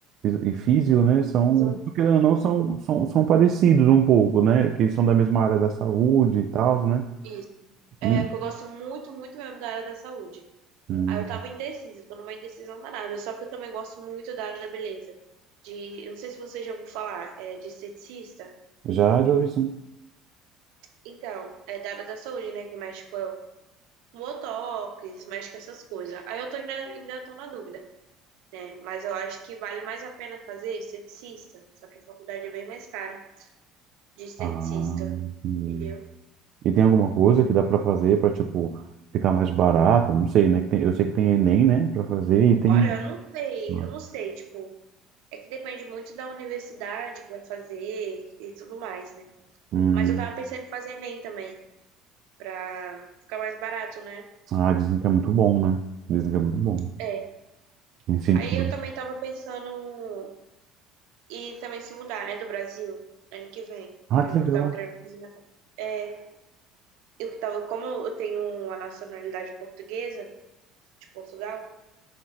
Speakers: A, on the right; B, on the right.
A: e físio, né, são,
B: Isso,
A: querendo ou não, são, são, são parecidos um pouco, né, que eles são da mesma área da saúde e tal, né?
B: isso. É,
A: Hum,
B: que eu gosto muito, muito mesmo da área da saúde.
A: hum.
B: Aí eu tava indecisa, tô numa indecisão danada. Só que eu também gosto muito da área da beleza. De, eu não sei se você já ouviu falar, é, de esteticista.
A: Já, já ouvi sim.
B: Então, é da área da saúde, né? Que mexe com com botox, mexe com essas coisas. Aí eu tô ainda, ainda tô na dúvida, né? Mas eu acho que vale mais a pena fazer esteticista. Só que a faculdade é bem mais cara de esteticista,
A: Ah, hum.
B: entendeu?
A: E tem alguma coisa que dá para fazer para, tipo, ficar mais barato? Não sei, né? que tem- eu sei que tem Enem, né, para fazer e tem...
B: Olha, eu não sei,
A: Ah,
B: eu não sei, tipo. É que depende muito da universidade que vai fazer e tudo mais, né?
A: hum.
B: Mas eu tava pensando em fazer Enem também, pra ficar mais barato, né?
A: Ah, dizem que é muito bom, né? Dizem que é muito bom.
B: É.
A: Incentivo.
B: Aí eu também tava pensando em também se mudar, né, do Brasil, ano que vem.
A: Ah,
B: Eu
A: que legal.
B: tava querendo fazer minha... É, eu tava, como eu tenho uma nacionalidade portuguesa, de Portugal,